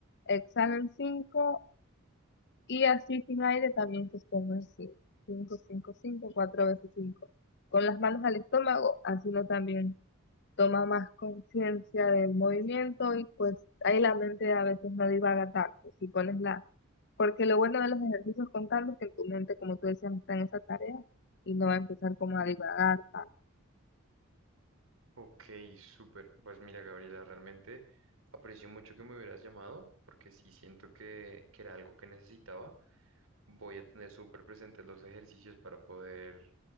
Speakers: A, on the left; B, on the right.
A: exhalo en cinco, y así sin aire también sostengo en cinco, cinco, cinco, cinco, cuatro veces cinco. Con las manos al estómago, así uno también toma más conciencia del movimiento y pues ahí la mente a veces no divaga tanto. Si pones la porque lo bueno de los ejercicios contando es que tu mente, como tú decías, está en esa tarea y no va a empezar como a divagar tanto.
B: Ok, súper. Pues mira, Gabriela, realmente aprecio mucho que me hubieras llamado porque sí siento que, que era algo que necesitaba. Voy a tener súper presentes los ejercicios para poder,